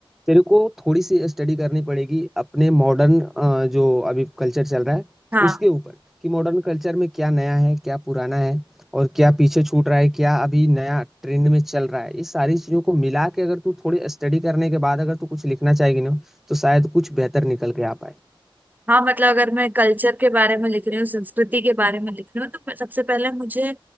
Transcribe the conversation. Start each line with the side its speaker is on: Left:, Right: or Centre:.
Centre: तेरे को थोड़ी सी स्टडी करनी पड़ेगी अपने मॉडर्न जो अभी कल्चर चल रहा है
Right: हाँ
Centre: उसके ऊपर कि मॉडर्न कल्चर में क्या नया है क्या पुराना है और क्या पीछे छूट रहा है क्या अभी नया ट्रेंड में चल रहा है ये सारी चीजों को मिला के अगर तू थोड़ी स्टडी करने के बाद अगर तू कुछ लिखना चाहेगी ना तो शायद कुछ बेहतर निकल के आ पाए
Right: हाँ मतलब अगर मैं कल्चर के बारे में लिख रही हूँ संस्कृति के बारे में लिख रही हूँ तो मैं- सबसे पहले मुझे